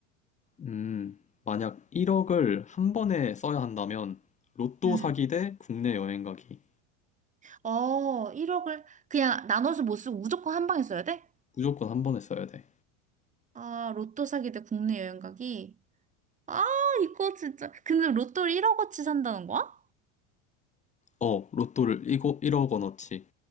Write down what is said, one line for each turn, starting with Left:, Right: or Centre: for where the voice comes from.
Left: 음, 만약 1억을 한 번에 써야 한다면, 로또
Right: 응.
Left: 사기 대 국내 여행 가기.
Right: 어, 1억을 그냥 나눠서 못 쓰고 무조건 한 방에 써야 돼?
Left: 무조건 한 번에 써야 돼.
Right: 아, 로또 사기 대 국내 여행 가기. 아, 이거 진짜. 근데 로또를 1억어치 산다는 거야?
Left: 어, 로또를 이거 1억 원어치.